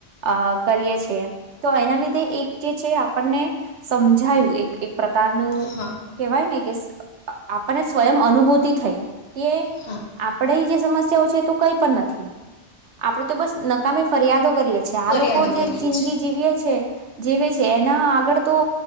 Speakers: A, on the right (about 85°); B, on the left (about 65°).
A: અ કરીએ છે. તો એના લીધે એક જે છે આપણને સમજાયું એક‌‌ એક પ્રકારનું
B: હા
A: કેહેવાય ને સે આપને સ્વયં અનુભૂતિ થઈ કે
B: હા
A: આપણે જે સમસ્યો છે ક પણ નથી આપણે તો બસ નકામી ફરિયાદો કરીએ છી આ
B: ફરિયાદો
A: લોકો જે
B: કરીએ
A: જિંદગી
B: છીએ
A: જીવીએ છે જીવે છે એના આગળ તો